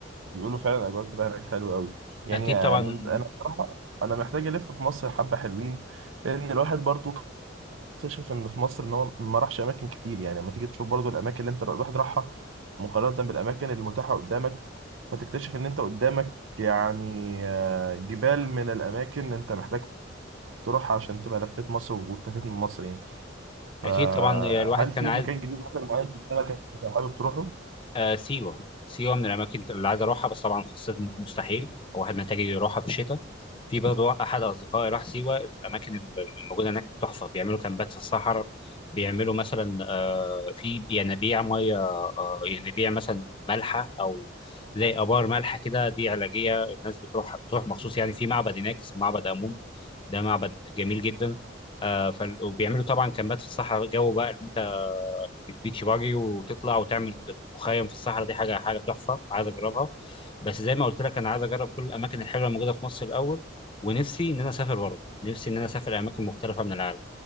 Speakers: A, on the right; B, on the left.
A: بيقولوا فعلا الاجواء بتبقى هناك حلوه قوي يعني
B: اكيد
A: آه،
B: طبعا
A: من انا بصراحه انا محتاج الف في مصر حبه حلوين لان الواحد برضو اكتشف ان في مصر ان هو ما راحش اماكن كتير يعني لما تيجي تشوف برضو الاماكن اللي انت الواحد راحها مقارنه بالاماكن المتاحه قدامك فتكتشف ان انت قدامك يعني آه، جبال من الاماكن اللي انت محتاج تروحها عشان تبقى لفيت مصر واكتفيت من مصر يعني فهل
B: اكيد طبعا الواحد كان
A: في
B: عايز
A: مكان جديد مثلا معين في دماغك انت حابب تروحه؟
B: آه، سيوه سيوه من الاماكن اللي عايز اروحها بس طبعا في الصيف مستحيل الواحد محتاج يروحها في الشتاء في برضه احد اصدقائي راح سيوه الاماكن اللي موجوده هناك تحفه بيعملوا كامبات في الصحراء بيعملوا مثلا آه، في ينابيع ميه آه، ينابيع مثلا مالحه او زي ابار مالحه كده دي علاجيه الناس بتروح بتروح مخصوص يعني في معبد هناك اسمه معبد امون ده معبد جميل جدا آه، فال- وبيعملوا طبعا كامبات في الصحراء جو بقى اللي انت بالبيتش باجي وتطلع وتعمل مخيم في الصحراء دي حاجه حاجه تحفه عايز اجربها بس زي ما قلت لك انا عايز اجرب كل الاماكن الحلوه الموجوده في مصر الاول ونفسي ان انا اسافر بره نفسي ان انا اسافر اماكن مختلفه من العالم